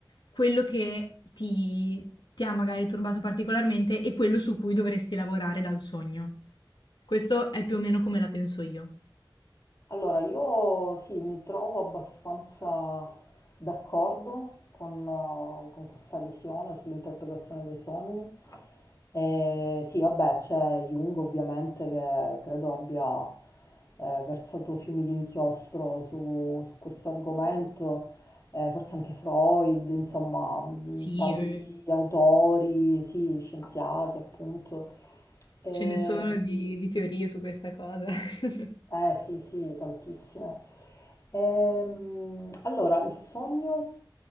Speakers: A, on the left; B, on the left.
A: quello che ti, ti ha magari turbato particolarmente e quello su cui dovresti lavorare dal sogno. Questo è più o meno come la penso io.
B: Allora, io sì, mi trovo abbastanza d'accordo con, eh, con questa visione sull'interpretazione dei sogni. E sì, vabbè, c'è Jung ovviamente che credo abbia eh, versato fiumi di inchiostro su, su questo argomento, eh, forse anche Freud, insomma, mh,
A: Sì,
B: tanti
A: <laughs> eh.
B: autori, sì, scienziati appunto. E
A: Ce ne sono di, di teorie su questa cosa. <laughs> ok.
B: eh sì, sì, tantissime. Ehm, allora, il sogno